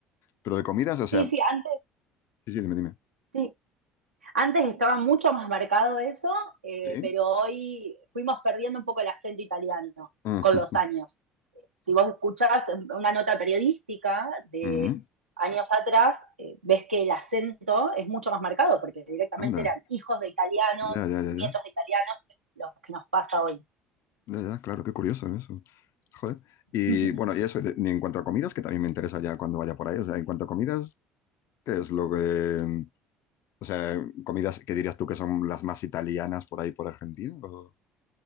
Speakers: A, on the left; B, on the right.
A: Pero de comidas, o sea,
B: Sí, sí, sí antes,
A: sí, sí, dime, dime.
B: sí, Antes estaba mucho más marcado eso, eh,
A: ¿Sí?
B: pero hoy fuimos perdiendo un poco el acento italiano
A: <laughs>
B: con los años. Si vos escuchás una nota periodística de
A: Mm, mm,
B: años atrás, eh, ves que el acento es mucho más marcado, porque directamente
A: anda.
B: eran hijos de italianos,
A: Ya, ya, ya,
B: nietos
A: ya.
B: de italianos, los que nos pasa hoy.
A: Ya, ya, claro, qué curioso eso. Joder. Y
B: <laughs>
A: bueno, y eso, de- y en cuanto a comidas, que también me interesa ya cuando vaya por ahí. O sea, en cuanto a comidas, ¿qué es lo que. O sea, comidas que dirías tú que son las más italianas por ahí por Argentina? ¿O